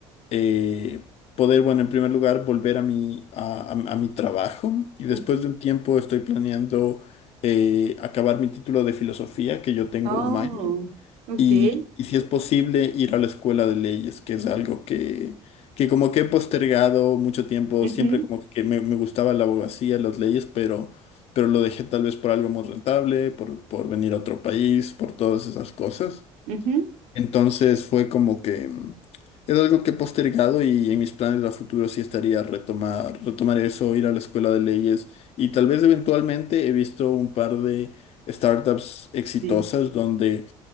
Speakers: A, on the left; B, on the right.
A: eh, poder, bueno, en primer lugar, volver a mi, a, a- a mi trabajo y después
B: ujú.
A: de un tiempo estoy planeando eh, acabar mi título de filosofía, que yo tengo
B: Oh,
A: un minor,
B: ok.
A: y, y si es posible ir a la escuela de leyes, que es algo que, que como que he postergado mucho tiempo,
B: ujú,
A: siempre como que me, me gustaba la abogacía, las leyes, pero, pero lo dejé tal vez por algo más rentable, por, por venir a otro país, por todas esas cosas.
B: ujú,
A: Entonces fue como que mm, es algo que he postergado y en mis planes a futuro sí estaría retomar, retomar eso, ir a la escuela de leyes y tal vez eventualmente he visto un par de startups exitosas
B: sí.
A: donde